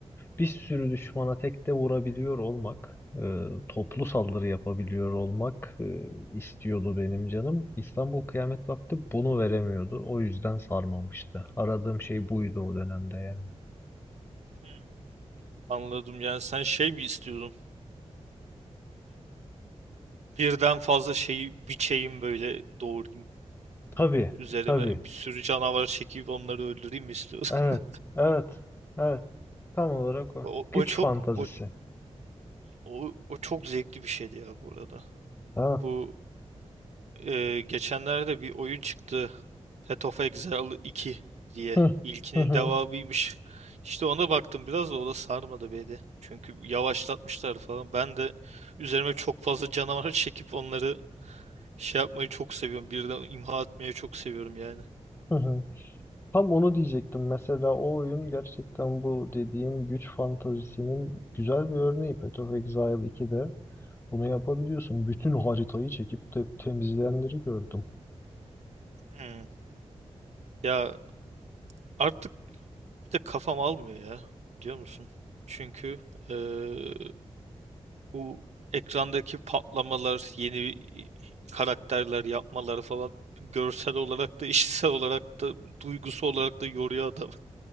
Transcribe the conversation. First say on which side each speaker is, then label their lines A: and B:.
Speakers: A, on the left (about 20°); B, on the right (about 75°).
A: bir sürü düşmana tek de vurabiliyor olmak, e, toplu saldırı yapabiliyor olmak e, istiyordu benim canım. İstanbul Kıyamet Vakti bunu veremiyordu. O yüzden sarmamıştı. Aradığım şey buydu o dönemde yani.
B: Hmm. Anladım yani sen şey mi istiyordun? Birden fazla şeyi biçeyim böyle doğrayayım.
A: Tabii,
B: Üzerime
A: tabii.
B: bir sürü canavar çekip onları öldüreyim mi istiyorsun?
A: Evet,
B: <laughs>
A: evet. Evet. Tam olarak o.
B: O,
A: Güç
B: o çok
A: fantazisi.
B: o, o, o çok zevkli bir şeydi ya bu arada.
A: Ha.
B: Bu e, geçenlerde bir oyun çıktı. Path of Exile 2 diye.
A: Hı.
B: İlkinin
A: Hı hı.
B: devamıymış. İşte ona baktım biraz da o da sarmadı beni. Çünkü yavaşlatmışlar falan. Ben de üzerime çok fazla canavar <laughs> çekip onları şey yapmayı çok seviyorum. Birden imha etmeyi çok seviyorum yani.
A: Hı hı. Tam onu diyecektim. Mesela o oyun gerçekten bu dediğim güç fantazisinin güzel bir örneği. Path of Exile 2'de bunu yapabiliyorsun. Bütün haritayı çekip te- temizleyenleri gördüm.
B: Hmm. Ya Artık bir de kafam almıyor ya, biliyor musun? Çünkü eee, bu ekrandaki patlamalar, yeni karakterler yapmaları falan görsel olarak da, <laughs> işitsel olarak da, duygusu olarak da yoruyor adam.